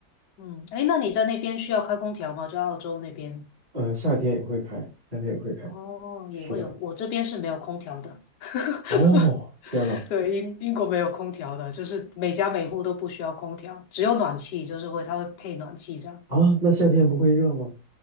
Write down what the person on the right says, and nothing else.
呃，夏天也会开，夏天也会开。
是的。
哦，天呐，
啊，那夏天不会热吗？